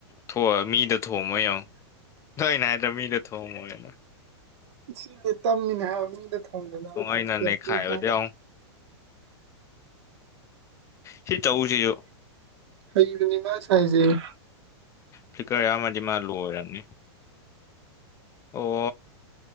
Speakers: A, on the left; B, on the right.
A: ꯊꯣꯛꯑꯒ ꯃꯤꯗ ꯊꯣꯝꯃꯣꯏ ꯌꯦꯡꯉꯣ ꯇ‌ꫭ ꯑꯩꯅ ꯍꯥꯏꯗ ꯃꯤꯗ ꯊꯣꯡꯑꯝꯃꯣꯏꯅ
B: ꯁꯤꯅꯤ ꯇꯝꯃꯤꯅꯦ ꯍꯥꯏꯕ ꯃꯤꯅ ꯊꯣꯡꯗꯅꯕ ꯍꯥꯏꯗꯤꯀ‌ꫭ
A: ꯑꯩꯅ ꯅꯩꯈꯥꯏꯕꯗ ꯌꯦꯡꯉꯣ ꯁꯤ ꯆꯧꯁꯤꯁꯨ
B: ꯍꯩꯕꯅꯤ ꯃꯥꯅ ꯁꯥꯏꯖ‌ꯦ
A: ꯐꯤꯛꯀꯔ ꯌꯥꯝꯃꯗꯤ ꯃꯥ ꯂꯣꯏ ꯔꯕꯅꯤ ꯑꯣ